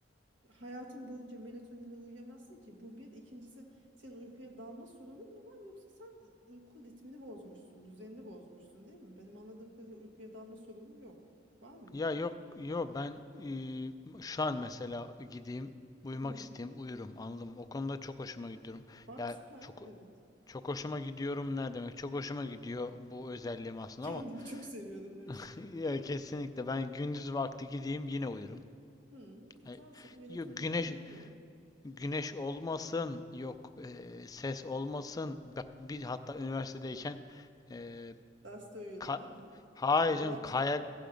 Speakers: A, on the right; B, on the left.
A: Hayatın boyunca melatoninle uyuyamazsın ki. Bu bir. İkincisi senin uykuya dalma sorunun mu var yoksa sen u- uyku ritmini bozmuşsun, düzenini bozmuşsun değil mi? Benim anladığım kadarıyla uykuya dalma sorunu yok. Var mı?
B: ya yok yok ben eee, şu an mesela gideyim uyumak
A: Hı.
B: isteyeyim uyurum anladım. O konuda çok hoşuma gidiyorum.
A: Bak
B: Ya
A: süper.
B: çok
A: Evet.
B: çok hoşuma gidiyorum ne demek? Çok hoşuma gidiyor bu özelliğim aslında
A: Kendimi
B: ama
A: çok seviyordum diyorsun.
B: <laughs> ya kesinlikle ben gündüz vakti gideyim yine uyurum.
A: Hı, e
B: E,
A: tamam senin melatoninlik
B: Yok güneş
A: bir durum yok.
B: güneş olmasın, yok eee, ses olmasın. Bak bir hatta üniversitedeyken Eee,
A: Derste uyuyordun
B: Ka
A: değil mi?
B: Hayır
A: Allah
B: canım kayak